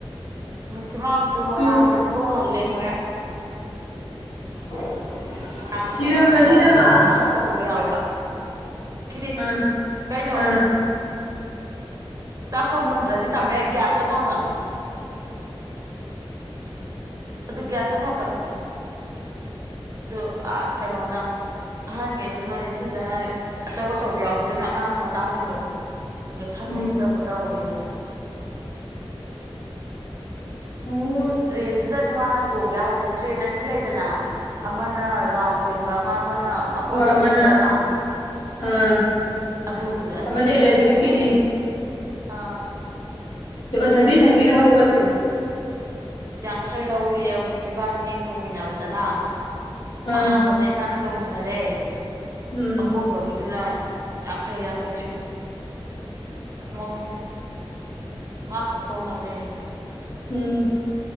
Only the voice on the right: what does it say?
ꯃꯤꯀꯤ ꯃꯥꯎꯁꯇꯣ ꯃꯣꯏꯔꯥꯡꯗꯩ
ꯇꯣꯡ ꯍꯜꯂꯦ ꯃꯣꯏꯔꯥꯡ
ꯀꯥꯥꯡꯗ
ꯇꯣꯡꯍꯟ ꯑꯍꯟꯒꯤꯗꯣ
ꯑꯍꯟ ꯆꯧ ꯆꯧꯕ ꯌꯥꯎꯋꯦꯕ ꯀꯤꯗꯦ
ꯀꯩꯅꯣ?
ꯆꯥꯛꯇꯣ ꯃꯨꯟꯗ꯭ꯔꯗꯤ ꯇꯝꯃꯣꯌꯥꯏ ꯒ꯭ꯌꯥꯁꯇ ꯊꯥꯡꯒꯠꯂꯣ ꯑꯗꯨ ꯒ꯭ꯌꯥꯁꯇ ꯊꯥꯛꯀꯠꯂꯣ ꯑꯗꯨ ꯑꯥ ꯀꯩꯅꯣꯅ ꯑꯍꯟꯉꯩꯗꯨꯅ ꯅꯤꯡꯊꯤꯖꯅ ꯑꯆꯧ ꯑꯆꯧꯕ ꯌꯥꯎꯕꯗꯨꯅ ꯑꯉꯥꯡ ꯃꯆꯥꯁꯤꯡꯗꯣ ꯅꯦꯠꯁꯟꯕ
ꯈꯣꯠꯆꯟꯕ ꯇꯧꯋꯦꯅ
ꯇ꯭ꯔꯦꯟꯗꯨꯗꯅꯤ ꯃꯥꯅ ꯇꯣꯡꯒꯦ ꯍꯥꯏꯁꯦ ꯇ꯭ꯔꯦꯟ ꯑꯅꯤ ꯂꯩꯗꯅ? ꯑꯃꯅ ꯔꯥꯎꯟ ꯆꯦꯟꯕ ꯑꯃ ꯑꯃꯅ ꯑꯀꯣꯏꯕ
ꯆꯦꯟꯕ ꯑꯃ?
ꯑꯗꯨꯗꯨ ꯑꯅꯤꯃꯛ
ꯇꯣꯡꯉꯤꯃꯤ ꯑꯥ
ꯌꯥꯡꯈꯩ ꯂꯧꯋꯤ ꯏꯕꯥꯅꯤ ꯑꯩ ꯇꯣꯡꯃꯤꯟꯅꯕꯗꯅ
ꯑꯍꯥꯥꯟꯕꯅ ꯏꯕꯥꯅꯤ ꯇꯧꯃꯤꯟꯅꯔꯦ꯫
ꯀꯣꯟꯕꯒꯤꯗꯨꯅ ꯌꯥꯡꯈꯩ ꯌꯥꯡꯈꯩ ꯁꯨ ꯎꯝ ꯃꯥ ꯈꯛ ꯇꯣꯡꯍꯜꯂꯦ꯫